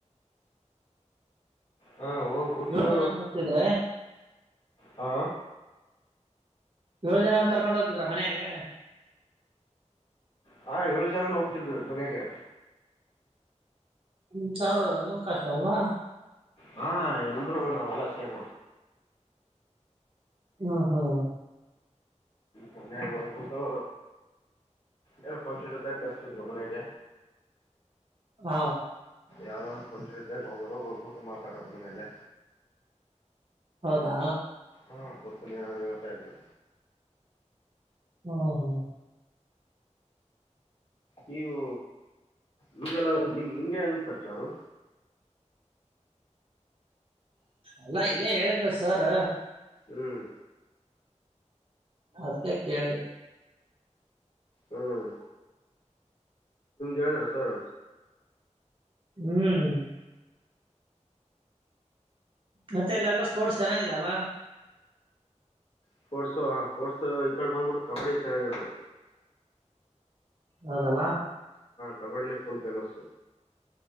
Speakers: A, on the left; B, on the right.
A: ಹಾ ಹೋಗ್ಬಿಟ್ಟು
B: ಏಳ ಜನನು ಹೋಗಿದ್ದರ
A: ಹಾ
B: ಏಳು ಜನಾನ ಕರ್ಕೊಂಡ್ ಹೋಗ್ತಿದ್ರ ಮನೆಗೆ
A: ಹಾ ಏಳು ಜನನ ಹೋಗ್ತಿದ್ವಿ ಮನೆಗೆ
B: ಹ್ಮ ಅವ್ರ ನಿಮ್ ಕಷ್ಟ ಅಲ್ವಾ
A: ಹಾ ಎಲ್ಲರೂ ನ ಅವಲ್ಲಾ ಸೇಮ
B: ಹ್ಮ ಹ್ಮ್
A: ಮನೆಗೆ ಹೋಗ್ಬಿಟ್ಟು ಏನೋ ಫಂಕ್ಷನ್ ಇದ್ದಾಗ್ ಕರ್ಸಿತ್ದ್ರು ಮನೆಗೆ.
B: ಹ
A: ಯಾವ್ದಾದ್ರರು ಪಂಕ್ಷನ ಇದ್ದಾಗ ಹೋಗೋರು ಊಟ ಮಾತಾಡೋರು ಮನೆಯಲ್ಲೇ.
B: ಬಾ
A: ಹಾ ಕೂತಲ್ ಏನಾದ್ರೂ ಹೇಳ್ತಾ ಇದ್ರು.
B: ಹ್ಮ್ ಹ್ಮ್
A: ನೀವು ನೀವೆಲ್ಲ ನಿ ನಿಮ್ಗೆ ಹೆಂಗ ಪರಿಚಯ ಅವರು,
B: ಅಲ್ಲಾ ಇಲ್ಲೇ ಹೇಳಿದ್ರ ಸರ್
A: ಹ್ಮ್
B: ಅದ್ಕ ಕೇಳ್ದಿದೆ.
A: ಹ್ಮ್ ಕೇಳಿದ್ರ ಸರ್.
B: ಹ್ಮ್ ಮತ್ತೆ ಅಲ್ಲೆಲ್ಲಾ ಸ್ಪೋರ್ಟ್ಸ್ ಚೆನ್ನಾಗಿದೆ ಅಲ್ಲ,
A: ಸ್ಪೋರ್ಟ್ಸ್ ಸ್ಪೋರ್ಟ್ಸ್ ಈ ಕಡೆ ಬಂದ್ಬಿಟ್ಟು ಕಬಡ್ಡಿ ಚೆನ್ನಾಗಿರೋದು.
B: ಹೌದಲ್ಲ
A: ಕಬಡ್ಡಿನೆ ಫುಲ್ ಫೇಮಸ್.